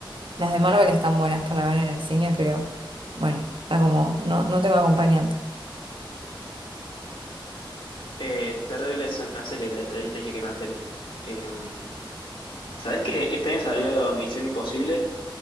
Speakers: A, on the right; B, on the left.
A: Las de Marvel están buenas para ver en el cine, pero bueno, está como, no, no tengo acompañante.
B: Eh, Daredevil es una serie, te, te- te dije que era una serie. Eh, ¿sabés que este año salió Misión Imposible?